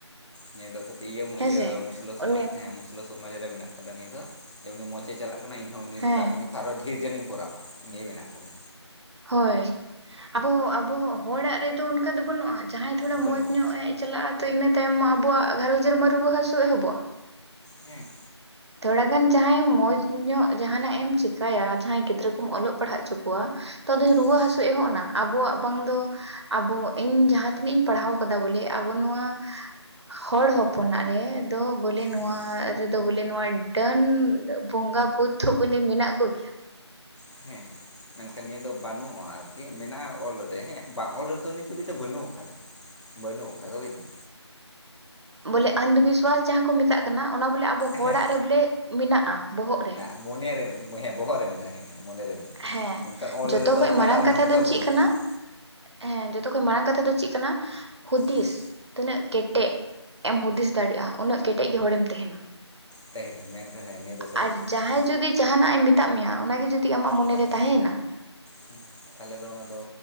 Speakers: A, on the left; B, on the right.
A: ᱱᱤᱭᱟᱹ ᱫᱚ ᱠᱟᱹᱴᱤᱡ ᱤᱭᱟᱹ
B: ᱦᱮᱸᱥᱮ
A: ᱤᱭᱟᱹ ᱢᱩᱥᱞᱟᱹ
B: ᱩᱱᱤ
A: ᱥᱚᱢᱟᱡᱽ ᱦᱮᱸ ᱥᱚᱢᱟᱡᱽ ᱨᱮ ᱢᱮᱱᱟᱜ ᱠᱟᱫᱟ ᱱᱤᱭᱟᱹ ᱩᱱᱤ ᱢᱚᱡᱮ ᱪᱟᱞᱟᱜ ᱠᱟᱱᱟ ᱤᱧ ᱦᱚ
B: ᱦᱮᱸ
A: ᱟᱨᱚ ᱰᱷᱮᱨ ᱡᱚᱱᱤᱧ ᱠᱚᱨᱟᱣ ᱱᱤᱭᱟᱹ ᱢᱮᱱᱟᱜ ᱟᱠᱟᱫᱟ
B: ᱦᱳᱭ ᱟᱵᱚ ᱟᱵᱚ ᱦᱚᱲᱟᱜ ᱨᱮᱫᱚ ᱚᱱᱠᱟ ᱫᱚ ᱵᱟᱹᱱᱩᱜ-ᱟ᱾ ᱡᱟᱦᱟᱸᱭ ᱛᱷᱚᱲᱟ
A: ᱵᱟᱹᱱᱩᱜᱼᱟ
B: ᱢᱚᱡᱽ ᱧᱚᱜ ᱮ ᱪᱟᱞᱟᱜ-ᱟ ᱛᱚ ᱤᱱᱟᱹ ᱛᱟᱭᱚᱢ ᱢᱟ ᱟᱚ ᱜᱷᱟᱨᱚᱸᱡᱽ ᱨᱮᱢᱟ ᱨᱩᱣᱟᱹ ᱦᱟᱹᱥᱩ ᱮᱦᱚᱵᱚᱜ-ᱟ᱾
A: ᱦᱮᱸ
B: ᱛᱷᱚᱲᱟ ᱜᱟᱱ ᱡᱟᱦᱟᱸᱭ ᱢᱚᱡᱽ ᱧᱚᱜ ᱡᱟᱦᱟᱸᱟᱱᱟᱜ ᱮᱢ ᱪᱮᱠᱟᱹᱭᱟ ᱡᱟᱦᱟᱸᱭ ᱜᱤᱫᱽᱨᱟᱹ ᱠᱚᱢ ᱚᱞᱚᱜ ᱯᱟᱲᱦᱟᱜ ᱦᱚᱪᱚ ᱠᱚᱣᱟ ᱛᱚ ᱫᱚᱧ ᱨᱩᱣᱟᱹ
A: ᱦᱮᱸ
B: ᱦᱟᱹᱥᱩ ᱮᱦᱚᱵ ᱱᱟ ᱟᱵᱚᱣᱟᱜ ᱵᱟᱝ ᱫᱚ ᱟᱵᱚ ᱤᱧ ᱡᱟᱦᱟᱸ ᱛᱤᱱᱟᱹᱜ ᱤᱧ ᱯᱟᱲᱦᱟᱣ ᱠᱟᱫᱟ ᱵᱚᱞᱮ ᱟᱵᱚ ᱱᱚᱣᱟ ᱦᱚᱲ ᱦᱚᱯᱚᱱᱟᱜ ᱨᱮ ᱫᱚ ᱵᱚᱞᱮ ᱱᱚᱣᱟ
A: ᱦᱮᱸ
B: ᱨᱮᱫᱚ ᱵᱚᱞᱮ ᱵᱚᱞᱮ ᱱᱚᱣᱟ ᱰᱟᱹᱱ ᱵᱚᱸᱜᱟ ᱵᱷᱩᱛ ᱫᱷᱚ ᱵᱚᱞᱮ ᱢᱮᱱᱟᱜ ᱠᱚᱜᱮᱭᱟ᱾
A: ᱦᱮᱸ ᱢᱮᱱᱠᱷᱟᱱ ᱱᱤᱭᱟᱹ ᱫᱚ ᱵᱟᱹᱱᱩᱜᱼᱟ, ᱟᱨᱠᱤ ᱢᱮᱱᱟᱜᱼᱟ ᱚᱞᱨᱮ ᱦᱮᱸ ᱵᱟᱝ ᱚᱞ ᱨᱮᱫᱚ ᱱᱤᱛ ᱦᱟᱹᱵᱤᱡ ᱫᱚ ᱵᱟᱹᱱᱩᱜ ᱠᱟᱫᱟ᱾ ᱵᱟᱹᱱᱩᱜ ᱟᱠᱟᱫᱟ ᱵᱩᱡ ᱫᱟᱢ᱾
B: ᱵᱚᱞᱮ ᱟᱸᱱᱫ ᱵᱤᱥᱣᱟᱥ ᱡᱟᱦᱟᱸ ᱠᱚ ᱢᱮᱛᱟᱜ ᱠᱟᱱᱟ ᱚᱱᱟ ᱵᱚᱞᱮ ᱟᱵᱚ ᱦᱚᱲᱟᱜ
A: ᱦᱮᱸ
B: ᱨᱮ ᱵᱚᱞᱮ ᱢᱮᱱᱟᱜᱼᱟ, ᱵᱚᱦᱚᱜ ᱨᱮ᱾
A: ᱢᱚᱱᱮ ᱨᱮ <unintelligible> ᱵᱚᱦᱚᱜ ᱨᱮ ᱢᱮᱱᱟᱜᱼᱟ, ᱢᱚᱱᱮ ᱨᱮ ᱢᱮᱱᱟᱜᱼᱟ
B: ᱦᱮᱸ
A: ᱢᱮᱱᱠᱷᱟᱱ ᱚᱞ
B: ᱡᱚᱛᱚᱠᱷᱚᱡ
A: ᱨᱮᱫᱚ ᱚᱠᱟᱴᱟᱜ
B: ᱢᱟᱨᱟᱝ
A: ᱨᱮᱦᱚᱸ
B: ᱠᱟᱛᱷᱟ
A: ᱱᱤᱛ ᱦᱚᱸ
B: ᱫᱚ
A: ᱵᱟᱹᱱᱩᱜ
B: ᱪᱮᱜ ᱠᱟᱱᱟ?
A: ᱟᱠᱟᱫᱟ
B: ᱦᱮᱸ ᱡᱚᱛᱚᱠᱷᱚᱱ ᱢᱟᱨᱟᱝ ᱠᱟᱛᱷᱟ ᱫᱚ ᱪᱮᱫ ᱠᱟᱱᱟ? ᱦᱩᱫᱤᱥ
A: ᱦᱮᱸ
B: ᱛᱤᱱᱟᱹᱜ ᱠᱮᱴᱮᱡ ᱮᱢ ᱦᱩᱫᱤᱥ ᱫᱟᱲᱮᱭᱟᱜᱼᱟ, ᱩᱱᱟᱹᱜ ᱠᱮᱴᱮᱡ ᱜᱮ ᱦᱚᱲᱮᱢ ᱛᱟᱦᱮᱱᱟ᱾
A: ᱛᱟᱦᱮᱱ ᱢᱮᱱᱠᱷᱟᱱ ᱦᱮᱸ ᱱᱤᱭᱟᱹ ᱫᱚ ᱥᱟᱹᱨᱤ
B: ᱟᱨ
A: ᱠᱟᱛᱷᱟ
B: ᱡᱟᱦᱟᱸᱭ
A: ᱠᱟᱱᱟ
B: ᱡᱩᱫᱤ ᱡᱟᱦᱟᱱᱟᱜ ᱮ ᱢᱮᱛᱟᱜ ᱢᱮᱭᱟ, ᱚᱱᱟᱜᱮ ᱡᱩᱫᱤ ᱟᱢᱟᱜ ᱢᱚᱱᱮᱨᱮ
A: ᱚᱱᱟ ᱫᱚ
B: ᱛᱟᱦᱮᱱᱟ
A: ᱦᱮᱸ ᱛᱟᱦᱚᱞᱮ ᱫᱚ ᱚᱱᱟ ᱫᱚ